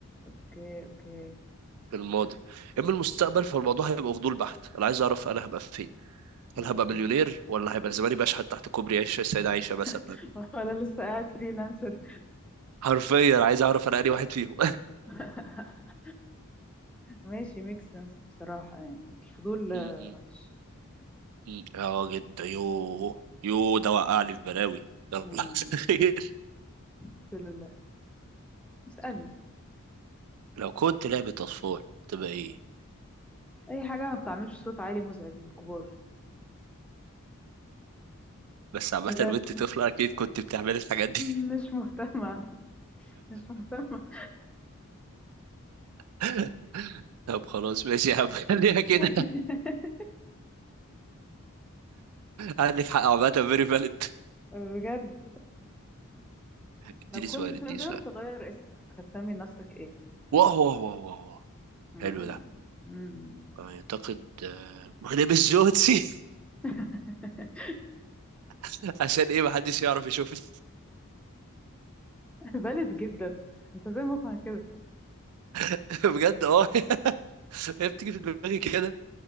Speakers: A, in the centre; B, on the right.
A: اوكي اوكي
B: في الماضي اما المستقبل فالموضوع هيبقى فضول بحت انا عايز اعرف انا هبقى فين هل
A: امم
B: هبقى مليونير ولا هيبقى زماني بشحت تحت كوبري عيش السيدة عايشة مثلا
A: <laughs> ولا لسه قاعد فريلانسر
B: حرفيا عايز اعرف انا انهي واحد فيهم
A: <laughs> ماشي ميك سنس بصراحة يعني الفضول
B: <laughs>
A: آه، وحش
B: مم. اه جدا يوه يوه ده وقعني في بلاوي يلا
A: امم
B: <laughs> خير
A: الحمد لله اسألني
B: لو كنت لعبة أطفال تبقى إيه
A: اي حاجه ما بتعملش صوت عالي مزعج للكبار
B: بس عامة
A: بجد
B: وأنت طفلة أكيد كنت بتعمل الحاجات دي
A: مش مهتمه مش مهتمه
B: <laughs> طب خلاص ماشي يا عم <laughs> خليها كده
A: <laughs>
B: عندك حق عامة فيري فاليد
A: بجد
B: اديني
A: لو كنت
B: سؤال
A: تقدر
B: اديني سؤال
A: تغير اسمك هتسمي نفسك ايه
B: واه واه واه واه واه
A: مم.
B: حلو ده
A: مم.
B: اعتقد آه، مغرب الجوتسي
A: <laughs>
B: <laughs> عشان ايه محدش يعرف يشوفني
A: بلد جدا انت زي مخها كده
B: <laughs> بجد اه <laughs> هي بتيجي في دماغي كده